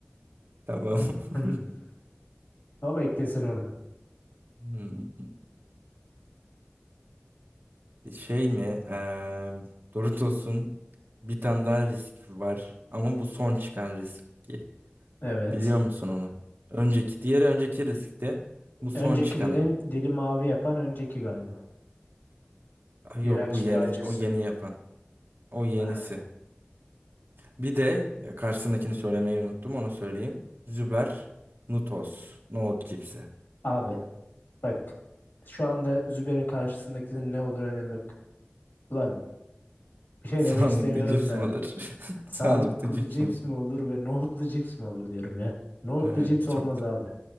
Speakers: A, on the right (about 60°); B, on the left (about 65°).
A: Tamam. <laughs>
B: <laughs> O beklesin orada.
A: Hmm. Şey mi? Eee Doritos'un bir tane daha risk var. Ama bu son çıkan riski.
B: Evet.
A: Biliyor musun onu? Önceki, diğeri önceki riskti. Bu son
B: Öncekilerin
A: çıkanı.
B: dili mavi yapan önceki galiba.
A: Ay
B: İğrenç
A: yok bu yeni,
B: bir acısı.
A: o yeni yapan. O yenisi.
B: Ha.
A: Bir de e, karşısındakini söylemeyi unuttum. Onu söyleyeyim. Züber Nutos. Nohut cipsi.
B: Abi bak. Şu anda Zübeyir'in karşısındakinin ne olduğunu önemi yok. Ulan
A: <laughs>
B: Bir şey
A: Sağlıklı
B: demek istemiyorum
A: cips
B: da
A: mi olur? <laughs>
B: sağlıklı
A: Sağlıklı cips
B: cips
A: mi?
B: mi olur ve nohutlu cips mi olur diyorum ya. Nohutlu
A: Evet
B: cips olmaz
A: çok
B: abi